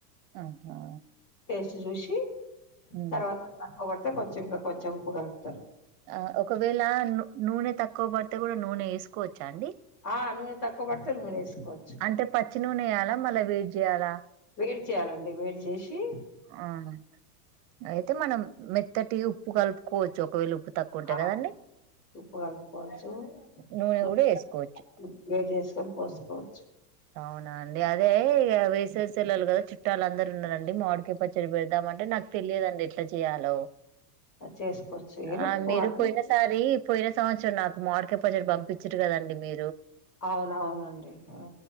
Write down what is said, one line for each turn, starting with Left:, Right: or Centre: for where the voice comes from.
Right: ఆహా
Left: ష్ జూషి
Right: ఉమ్
Left: తర్వాత <unintelligible> తే కొంచెం కా కొంచెం ఉప్పు కలుపుతారు
Right: ఆ ఒకవేళ నూ నూనె తక్కువ పడు తే కూడా నూనె ఏసుకో చ్చా అండి
Left: ఆ నూనె తక్కువ పడితే నూనె వేసుకోవచ్చు
Right: అంటే పచ్చి నూనె ఎయ్యాలా మళ్ళ వేడి చేయాలా
Left: వేడి చేయాలండి వేడి చేషి
Right: అవును అయితే మనం మెత్తటి ఉప్పు కలుపుకోవచ్చు ఒకవేళ ఉప్పు తక్కువ ఉంటే
Left: ఆ
Right: కదండి
Left: ఉప్పు కలుపుకోవచ్చు
Right: నూనె
Left: <inaudible>
Right: కూడా వేసుకోవచ్చు
Left: వేడి చేసుకోని పోసుకోవచ్చు
Right: అవునా అండి అదే ఇగ వేసేసి ఎళ్ళాల కదా చుట్టాలు అందరూ ఉన్నారన్ టి మావిడికాయ పచ్చడి పెడదాంటే నాకు తెలియదండి ఎట్లా చెయ్యాలో
Left: చేసుకోవచ్చు ఎలుపు
Right: ఆ మీరు
Left: అన్ని
Right: పోయిన సారి పోయిన సంవచ్చరం నాకు మావిడికాయ పచ్చడి పంపిచ్చిర్రు కదండి మీ
Left: అవును అవును అండి ఊ